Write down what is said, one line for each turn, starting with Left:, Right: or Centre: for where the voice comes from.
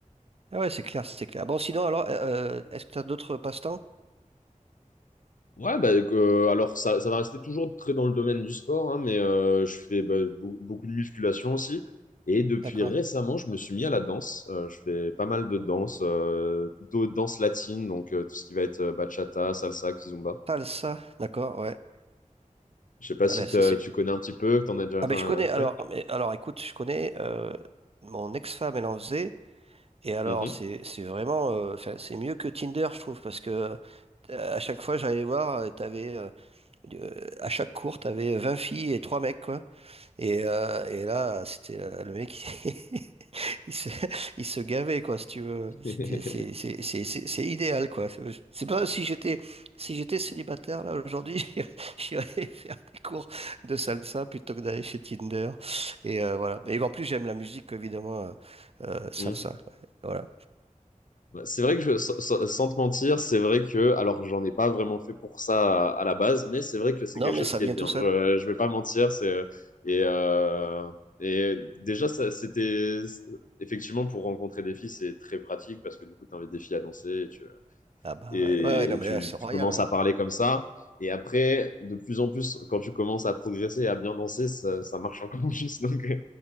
Right: Ah ouais, c'est clair, c'est clair. Bon, sinon, alors, euh, euh, est-ce que t'as d'autres passe-temps?
Left: Ouais, bah, euh, alors ça, ça va rester toujours très dans le domaine du sport, hein, mais euh, je fais bah, beau- beaucoup de musculation aussi. Et depuis
Right: D'accord.
Left: récemment, je me suis mis à la danse. Euh, je fais pas mal de danse, euh, plutôt danse latine, donc euh, tout ce qui va être euh, bachata, salsa, kizomba.
Right: Salsa, d'accord, ouais.
Left: Je sais pas
Right: Ah
Left: si
Right: ben, ça,
Left: t'as-
Right: c'est...
Left: tu connais un petit peu, que t'en as déjà
Right: Ah
Left: fait.
Right: ben,
Left: un-
Right: je connais, alors,
Left: fait.
Right: mais, alors écoute, je connais, euh, mon ex-femme, elle en faisait, et alors,
Left: Mhm.
Right: c'est, c'est vraiment, euh, enfin, c'est mieux que Tinder, je trouve, parce que euh, à chaque fois, j'allais voir, euh, t'avais euh, Euh, à chaque cours, t'avais 20 filles et 3 mecs, quoi. Et, euh, et là, c'était euh, le mec, il <laughs> il se, il se gavait, quoi, si tu veux.
Left: <laughs>
Right: C'était, c'est, c'est, c'est, c'est c'est idéal, quoi. C'est c'est pas si j'étais, si j'étais célibataire, là, aujourd'hui, <laughs> j'irais j'irais faire des cours de salsa plutôt que d'aller chez Tinder. Et euh, voilà. Et en plus, j'aime la musique, évidemment, euh, euh, salsa.
Left: Mhm.
Right: ouais. Voilà.
Left: Bah, C'est vrai que je, sa- sa- sans te mentir, c'est vrai que, alors j'en ai pas vraiment fait pour ça à, à la base, mais c'est vrai que c'est
Right: Non,
Left: quelque
Right: mais
Left: chose
Right: ça
Left: qui
Right: vient
Left: est bien.
Right: tout seul.
Left: Je, je vais pas mentir, c'est et euh, et déjà ça c'était effectivement pour rencontrer des filles, c'est très pratique parce que du coup tu invites des filles à danser et tu
Right: Ah bah
Left: et,
Right: ouais, ouais, ouais, non,
Left: et
Right: mais
Left: tu,
Right: là, c'est royal,
Left: tu commences
Right: ouais.
Left: à parler comme ça. Et après, de plus en plus, quand tu commences à progresser et à bien danser, ça, ça marche encore <laughs> plus. Donc, euh,